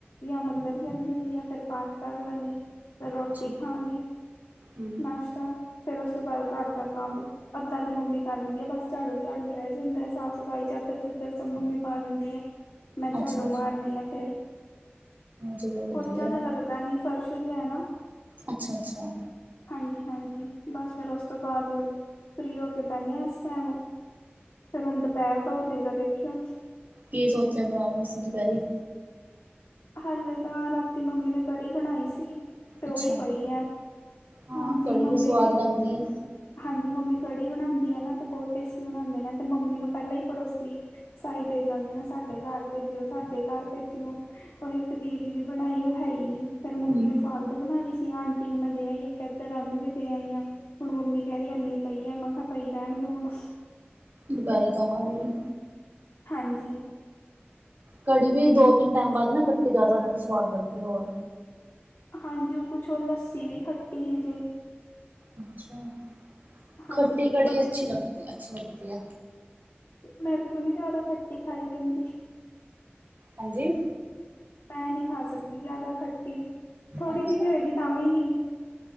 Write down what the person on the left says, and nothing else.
ਜਾ ਮੰਦਰ ਚਲਜਾਂਗੀ ਯਾ ਫਿਰ ਪਾਠ ਕਰ ਲਾਂਗੀ। ਫਿਰ ਰੋਟੀ
ਖਾਂਗੀ।
ਨਾਸ਼ਤਾ, ਫਿਰ ਉਸ ਤੋਂ ਬਾਅਦ ਘਰ ਦਾ ਕੰਮ ਅੱਧਾਂ ਤੇ ਮੰਮੀ ਕਰ ਦਿੰਦੀ ਹੈ। ਬੱਸ ਝਾੜੂ -ਝਾੜੂ ਰਹਿ ਜਾਂਦਾ ਹੈ। ਸਾਫ਼ ਸਫ਼ਾਈ ਚਾਦਰ ਚਿੱਧਰ ਸਬ ਮੰਮੀ ਪਾ ਦਿੰਦੀ ਆ, ਮੈਂ
ਝਾੜੂ
ਮਾਰਨੀ ਆ, ਫੇਰ
ਪੋਚਾ ਤੇ ਲੱਗ ਨਵੀਂ <unintelligible> ਫਰਸ਼ ਵੀ ਹੈਨਾ
ਹਾਂਜੀ -ਹਾਂਜੀ ਬੱਸ ਫਿਰ ਉਸ ਤੋਂ ਬਾਅਦ ਫਰੀ ਹੋ ਕੇ, ਬਹਿੰਦੇ ਹਾਂ ਇਸ ਟਾਈਮ ਫਿਰ ਹੁਣ ਦੁਪਹਿਰ ਦਾ, ਹੋ ਜੇਗਾ ਦੇਖਿਓ।
ਹਲੇ ਤਾਂ ਰਾਤੀ ਮੰਮੀ ਨੇ ਕੜੀ ਬਣਾਈ ਸੀ, ਤੇ
ਉਹ ਹੀ ਪਈ ਐ।
ਹਾਂਜੀ,
ਮੰਮੀ
ਨੇ
<inaudible> ਹਾਂਜੀ, ਮੰਮੀ ਕੜੀ ਬਣਾਉਂਦੀ ਐ ਨਾ, ਤੇ ਬਹੁਤ ਟੇਸਟੀ ਬਣਾਉਂਦੇ ਨੇ, ਮੈਂ ਤੇ ਮੰਮੀ ਨੂੰ ਪਹਿਲਾਂ ਹੀ ਪੜੋਸੀ ਸਾਈ ਦੇ ਜਾਂਦੇ ਨੇ, ਸਾਡੇ ਘਰ ਭੇਜਿਓ- ਸਾਡੇ ਘਰ ਭੇਜਿਓ। ਉਹ ਇੱਕ ਦੀਦੀ ਦੀ ਬਣਾਈ, ਉਹ ਹੈ ਹੀ ਨੀ ਫੇਰ ਮੰਮੀ
ਨੇ ਫਾਲਤੂ ਬਣਾ ਲਈ ਸੀ, ਆਂਟੀ ਨੂੰ ਮੈਂ ਦੇ ਆਈ ਇਕ ਏਧਰ ਏਨੂੰ ਆਲੂ ਵੀ ਦੇ ਆਈ ਆ ਹੁਣ, ਮੰਮੀ ਕੈਂਦੀ ਏਨੀ ਪਈ ਐ ਮੈਂ ਕਕੇਆ ਪਈ ਰੈਂਣ ਦੋ ਹੁਣ।
ਹਾਂਜੀ।
ਹਾਂਜੀ, ਓ ਕੁਛ ਓ ਲੱਸੀ ਵੀ ਖੱਟੀ ਹੀ ਤੇ
ਹਾਂਜੀ ਉਹ ਵੀ
ਪ
ਮੇਥੋ ਤੋਂ ਨੀ ਜਾਦਾ ਖੱਟੀ ਖਾਈ ਜਾਂਦੀ।
ਮੈਂ ਨੀਂ ਖਾ ਸਕਦੀ ਜਾਦਾ ਖੱਟੀ, ਥੋੜ੍ਹੀ
ਜੀ ਵੀ ਹੋਏਗੀ ਤਾਂ ਵੀ ਨੀਂ।